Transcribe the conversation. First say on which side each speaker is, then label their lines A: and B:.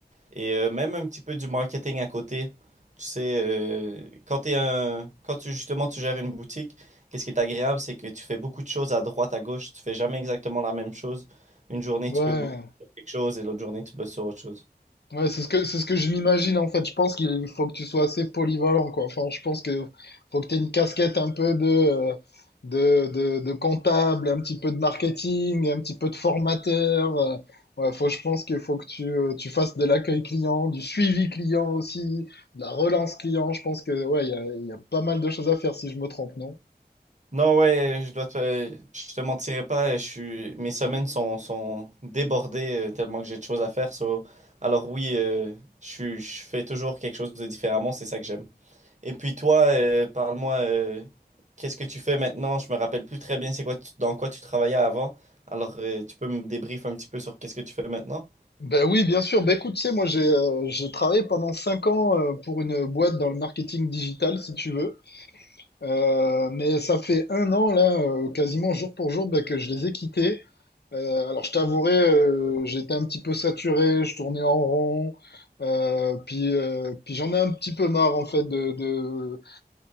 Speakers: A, on the right; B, on the left.
A: et euh, même un petit peu du marketing à côté. Tu sais, euh, quand t'es un, quand tu justement tu gères une boutique, qu'est-ce qui est agréable, c'est que tu fais beaucoup de choses à droite, à gauche. Tu fais jamais exactement la même chose. Une journée,
B: Ouais.
A: tu peux bosser sur quelque chose et l'autre journée, tu bosses sur autre chose.
B: Ouais, c'est ce que, c'est ce que je m'imagine en fait. Je pense qu'il faut que tu sois assez polyvalent, quoi. Enfin, je pense que faut que tu aies une casquette un peu de, euh, de, de, de comptable, un petit peu de marketing, un petit peu de formateur. euh. Ouais, faut, je pense qu'il faut que tu, euh, tu fasses de l'accueil client, du suivi client aussi, de la relance client. Je pense que ouais, il y a, il y a pas mal de choses à faire si je me trompe, non?
A: Non, ouais, je dois te, je te mentirai pas. Je suis, mes semaines sont, sont débordées euh, tellement que j'ai de choses à faire. so- Alors oui, euh, je, suis- je fais toujours quelque chose de différemment. C'est ça que j'aime. Et puis toi, euh, parle-moi, euh, qu'est-ce que tu fais maintenant? Je me rappelle plus très bien c'est quoi tu- dans quoi tu travaillais avant. Alors, euh, tu peux me débrief un petit peu sur qu'est-ce que tu fais maintenant?
B: Ben oui, bien sûr. Ben écoute, tu sais, moi j'ai euh, j'ai travaillé pendant cinq ans euh, pour une boîte dans le marketing digital, si tu veux. Euh, mais ça fait un an, là, euh, quasiment jour pour jour, bah, que je les ai quittés. Euh, alors, je t'avouerai, euh, j'étais un petit peu saturé, je tournais en rond. Euh, puis, euh, puis j'en ai un petit peu marre, en fait, de, de,